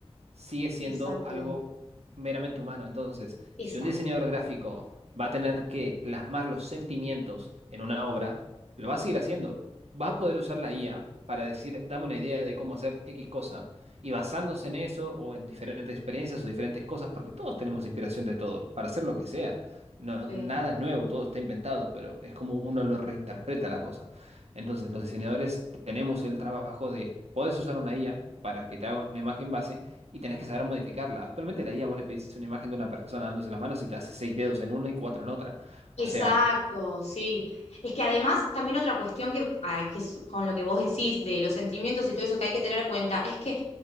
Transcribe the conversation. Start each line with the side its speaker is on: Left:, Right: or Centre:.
Right: sigue siendo
Left: Exacto,
Right: algo meramente humano. Entonces,
Left: exacto.
Right: si un diseñador gráfico va a tener que plasmar los sentimientos en una obra, lo va a seguir haciendo. Va a poder usar la IA para decir, dame una idea de cómo hacer X cosa, y basándose en eso o en diferentes experiencias o diferentes cosas, porque todos tenemos inspiración de todo, para hacer lo que sea. No,
Left: Sí.
Right: nada es nuevo, todo está inventado, pero es como uno lo reinterpreta la cosa. Entonces, los diseñadores tenemos el trabajo de, puedes usar una IA para que te haga una imagen base, y tenés que saber modificarla. Actualmente la IA vos le pedís una imagen de una persona dándose las manos y te hace seis dedos en una y cuatro en otra.
Left: Exacto,
Right: O sea,
Left: sí. Es que además también otra cuestión que, ah, que es con lo que vos decís de los sentimientos y todo eso que hay que tener en cuenta es que